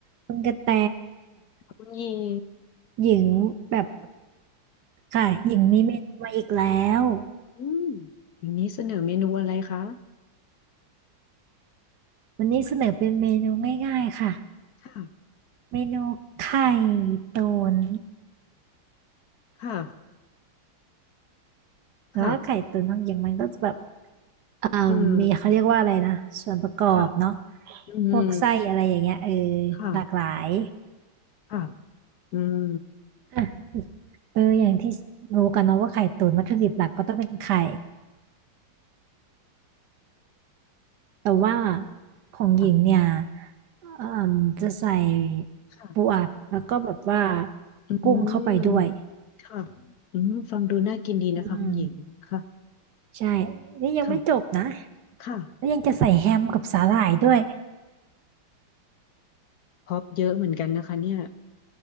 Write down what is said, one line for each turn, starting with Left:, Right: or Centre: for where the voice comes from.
Right: คุณกระแต
Left: คุณหญิง
Right: หญิงแบบค่ะหญิงมีเมนูมาอีกแล้ว
Left: อืมวันนี้เสนอเมนูอะไรคะ
Right: วันนี้เสนอเป็นเมนูง่ายๆค่ะ
Left: ค่ะ
Right: เมนูไข่ตุ๋น
Left: ค่ะ
Right: แต่ว่าไข่ตุ๋นของหญิงมันก็จะแบบ
Left: ค่ะ
Right: เอ่อ
Left: อืม
Right: มีเขาเรียกว่าอะไรนะส่วนประกอบเนาะ
Left: ค่ะอืม
Right: พวกไส้อะไรอย่างเงี้ยเออ
Left: ค่ะ
Right: หลากหลาย
Left: ค่ะอืม
Right: อ่ะเอออย่างที่รู้กันเนาะว่าไข่ตุ๋นวัตถุดิบหลักก็ต้องเป็นไข่ แต่ว่าของหญิงเนี่ย
Left: ค่ะ
Right: เอ่มจะใส่
Left: ค่ะ
Right: ปูอัดแล้วก็แบบว่า
Left: อื
Right: กุ้งเข้าไปด้วย
Left: มค่ะอืมฟังดูน่ากินดีนะคะคุณหญิงค่ะ
Right: อืมใช่นี่ยังไม่จบนะ
Left: ค่ะค่ะ
Right: แล้วยังจะใส่แฮมกับสาหร่ายด้วย
Left: พร็อพเยอะเหมือนกันนะคะเนี่ย